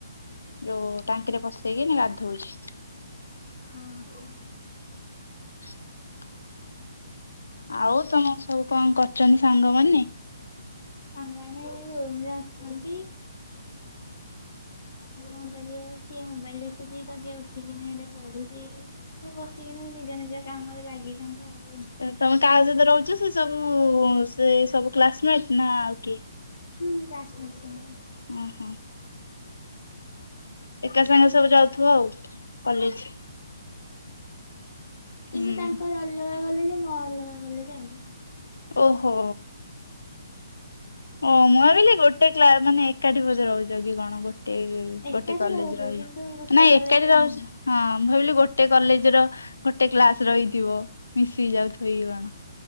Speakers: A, on the left; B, on the left.
A: ଯୋଉ ଟାଙ୍କିରେ ପସେଇକି ଏଇନେ ଗାଧଉଚି।
B: ହଁ।
A: <inaudible> ଆଉ ତମର ସବୁ କଣ କରୁଛନ୍ତି ସାଙ୍ଗମାନେ?
B: ସାଙ୍ଗ ମାନେ ଏଇ ଯୋଉ ରୁମ୍ ରେ ଅଛନ୍ତି। ଆଉ କଣ କରିବେ କିଏ ମୋବାଇଲ ଦେଖୁଚି ତ କିଏ ଉଠିକିନି ଏଠେ ପଢୁଚି। ସେ ବସିକି ବି ନିଜ ନିଜ କାମ ରେ ଲାଗିଛନ୍ତି ଆଉ।
A: ତମେ କାହା ସହିତ ରହୁଚ ସେ ସବୁ ସେ ସବୁ କ୍ଲାସମେଟ ନା ଆଉ କିଏ?
B: ହୁଁ କ୍ଲାସ୍ ମେଟ୍ ସବୁ।
A: ଉଁ ହୁଁ। ଏକା ସାଙ୍ଗେ ରେ ସବୁ ଯାଉଥିବ ଆଉ କଲେଜ।
B: କିନ୍ତୁ
A: ହୁଁ।
B: ତାଙ୍କର ଅଲଗା କଲେଜ୍ ମୋର ଅଲଗା କଲେଜ୍ ଆଉ।
A: ଓହୋ। ଓ ମୁଁ ଭାବିଲି ଗୋଟେ କ୍ଲା ମାନେ ଏକାଠି ବଧେ ରହୁଚ କି କଣ ଗୋଟେ ଇଏ।
B: ଏକାଠି
A: ଗୋଟେ କଲେଜ
B: ରହୁଛୁ
A: ରହି,
B: କିନ୍ତୁ ଗୋଟେ
A: ନାଇଁ ଏକାଠି
B: ରେ
A: ରହୁ
B: ନୁହଁ।
A: ହଁ ମୁଁ ଭାବିଲି ଗୋଟେ କଲେଜ ର ଗୋଟେ କ୍ଲାସ ର ହେଇଥିବ। ମିଶିକି ଯାଉଥିବେ କି କଣ?